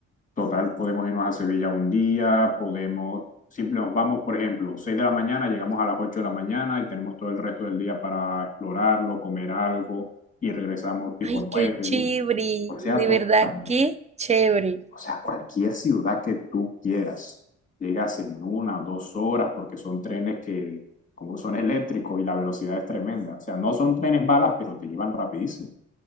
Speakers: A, on the left; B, on the right.
A: Total, podemos irnos a Sevilla un día, podemos, simple, nos vamos, por ejemplo, 6 de la mañana, llegamos a las 8 de la mañana y tenemos todo el resto del día para explorarlo, comer algo y regresamos tipo
B: Ay, qué
A: nueve
B: chévere,
A: ¿sí? O sea,
B: de
A: total,
B: verdad, qué chévere.
A: o sea, cualquier ciudad que tú quieras, llegas en una o dos horas porque son trenes que, como son eléctricos y la velocidad es tremenda. O sea, no son trenes balas, pero te llevan rapidísimo.